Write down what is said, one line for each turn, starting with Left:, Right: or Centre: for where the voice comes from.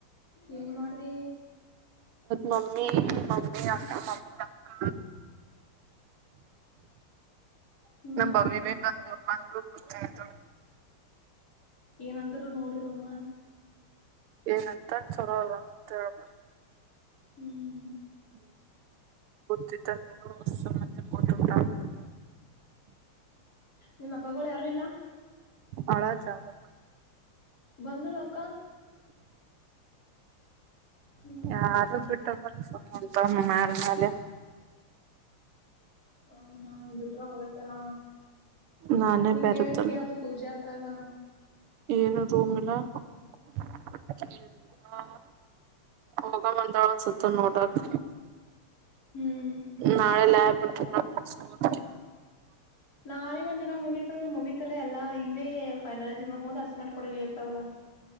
Left: ಏನ್ ಮಾಡ್ದಿ
Right: ಮಮ್ಮಿ ಮಮ್ಮ ಅ ಮಮ್ಮ ಅಕ್ಕ
Left: ಹ್ಮ್
Right: ನಮವ್ಯ ಭ ಬಂದು ಬಂದ್ ಗತ್ತಾಯತ
Left: ಏನಂದ್ರರು ನೋಡಿರಮ್ಮ
Right: ಏನಂತ ಚಲೋ ಅಂತ ಹೇಳಬ್ರ
Left: ಹ್ಮ್
Right: ಹ್ಮ್ ಗೊತ್ತಿತ್ತ ಅಂದಾರ ಹೊ ಮ ಟ ಊಟ ಮಾಡಿದ
Left: ನಿಮ್ಮ ಅಕ್ಕಳ ಯಾರು ಇಲ್ಲ
Right: ಅಳೋ ಜಾವರಕ
Left: ಬಂಧಳಕ್ಕ ಹ್ಮ್
Right: ಯಾರು ಬಿಟ್ಟ ಬಲ್ಲ ತ ಮಾಡಾರ
Left: ಹ ನ ನೀ ಬಿಟ್ರ ಹೋಗಕಲ್ಲ
Right: ನಾನೇ
Left: ನೀ
Right: ಬೆರತಲ್
Left: ಕೇಳ್ದಿ ಅದು ಪೂಜೆ ಅಕ್ಕಾಗ
Right: ಏನು ರೂಮ್ ಇಲ್ಲ ಹ್ಮ್ ಹ ಹೋಗಾ ಮಂದಾಳನ್ ಸುತ್ತ ನೋಡಕ್
Left: ಹ್ಮ್
Right: ನಾಳೆಲ್ಲ ಆಬಿಟ ನಸ ಮು
Left: ನಾಳಿಗ ಒಂದ್ ದಿನ ಮುಗೀತು ಮುಗತಲ್ಲ ಎಲ್ಲಾ ಇವೆ ಫೈನಲ್ಆ ಜಿಮತ್ ಹಸಮಂ ಕಡ ಇರ್ತಾವಲ್ಲ